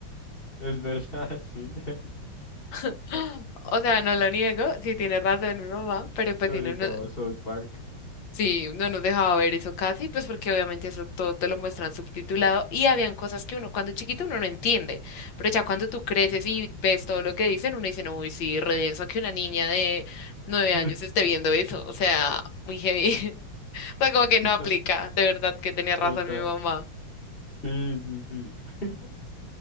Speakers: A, on the left; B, on the left.
A: Es verdad, sí.
B: <gasps>
A: <laughs>
B: o sea, no lo niego, si tiene razón mi mamá, pero pues
A: Sobre
B: si no, no,
A: todo South Park.
B: Sí, no nos dejaba ver eso casi, pues porque obviamente eso todo te lo muestran subtitulado y habían cosas que uno cuando chiquito uno no entiende, pero ya cuando tú creces y ves todo lo que dicen, uno dice, no, uy, sí, redenso que una niña de nueve
A: <laughs>
B: años esté viendo eso, o sea, muy heavy, <laughs> o sea, como que no aplica,
A: To-
B: de verdad que tenía razón
A: Total.
B: mi mamá,
A: Sí, sí, sí. <laughs>